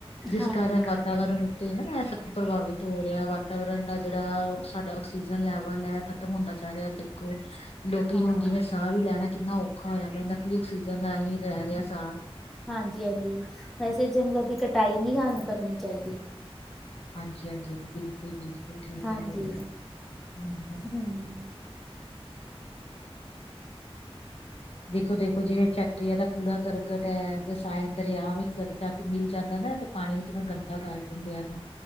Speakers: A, on the left; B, in the centre.
A: ਜਿਸ
B: ਹਾਂਜੀ
A: ਕਾਰਨ ਵਾਤਾਵਰਨ ਤੇ ਨਾ ਇਹ ਸਭ ਪ੍ਰਭਾਵਿਤ ਹੋ ਰਿਹਾ ਵਾਤਾਵਰਨ ਦਾ ਜਿਹੜਾ ਸਾਡਾ ਆਕਸੀਜਨ ਲੈਵਲ ਹੈ ਖਤਮ ਹੁੰਦਾ ਜਾ ਰਿਆ ਦੇਖੋ ਲੋਕੀ
B: ਹਾਂ
A: ਹੁਣ ਜਿਵੇਂ ਸਾਹ ਵੀ ਲੈਣਾ ਕਿੰਨਾ ਔਖਾ ਹੋਇਆ ਪਿਆ ਨਕਲੀ ਆਔਕਸੀਜਨ ਨਾਲ ਹੀ ਰਹਿ ਕਰਿਆ ਸਾ
B: ਹਾਂਜੀ ਹਾਂਜੀ ਵੈਸੇ ਜੰਗਲ ਦੀ ਕਟਾਈ ਨਹੀਂ ਹਨੂ ਕਰਨੀ ਚਾਹੀਦੀ
A: ਹਾਂਜੀ ਹਾਂਜੀ ਬਿਲਕੁਲ ਬਿਲਕੁਲ ਠੀਕ
B: ਹਾਂਜੀ
A: ਕਹਿ ਰਹੇ ਨਹੀਂ
B: ਹਮ
A: ਦੇਖੋ ਦੇਖੋ ਜਿਵੇਂ ਫੈਕਟਰੀਆਂ ਦਾ ਕੂੜਾ ਕਰਕਟ ਹੈ ਰਸਾਇਣ ਦਰਿਆ ਵੀ ਜਿਆਦਾ ਜਾ ਮਿਲ ਜਾਂਦਾ ਪਾਣੀ ਵਿੱਚ ਗੰਦਾ ਕਰ ਦਿੰਦੇ ਨੇ